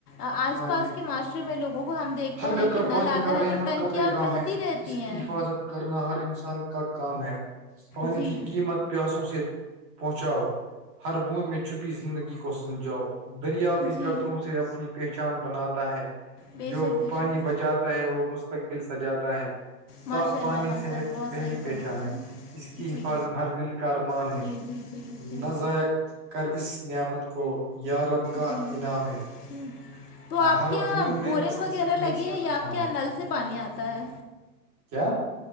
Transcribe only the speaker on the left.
آس
پاس
کے معاشرے میں لوگوں کو ہم دیکھتے
ہیں کہ نل
آتا
ہے تو ٹنکیاں
بہتی
رہتی
ہیں
جی
جی
بے
شک بے
شک
ماشاء
اللہ ماشاء
اللہ بہت
صحیح
فرمایا
جی
جی جی جی جی
جی
جی تو آپ
کے یہاں
بورنگ
وغیرہ
لگی
ہے
یا
آپ کے یہاں
نل سے پانی آتا ہے